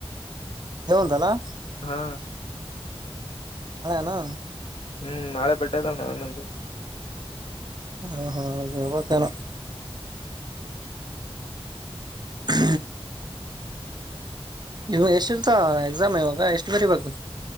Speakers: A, on the right (about 45°); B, on the left (about 65°).
A: ದೇಂತಲ್ಲಾ
B: ಹಾ
A: ಹಳೆನ
B: ಹ್ಮ್ ನಾಳೆ ಬಟ್ಟೆತಣನ್ನ್
A: ಹ ಹಾ ಬಕಾನ ಹ ಇವ ಎಷ್ಟ ಇರ್ತ ಎಕ್ಸಾಮ್ ಇವಾಗ ಎಷ್ಟು ಬರಿ ಬು